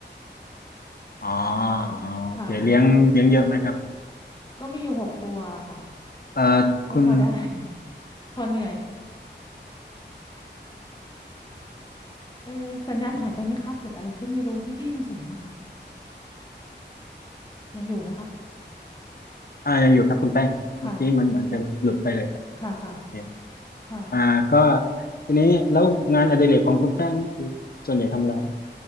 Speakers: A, on the left; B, on the left.
A: อ๋ออ๋อโอเคเลี้ยงเลี้ยงเยอะไหมครับ
B: ค่ะก็มีอยู่หกตัวค่ะ
A: เอ่อ
B: ก็พอได้
A: คุณ
B: <laughs> พอเหนื่อยเออสัญญาณหายไปไหมคะเกิดอะไรขึ้นไม่รู้ไม่ได้ยินเสียงอะค่ะยังอยู่นะคะ
A: อ่ายังอยู่ครับคุณแป้งเมื่อกี้มันเหมือนจะหลุดไปเลยครับ
B: ค่ะค่ะค่ะ
A: โอเค
B: ค่ะ
A: อ่าก็ทีนี้แล้วงานอดิเรกของคุณแป้งนี่คือส่วนใหญ่ทำอะไรครับ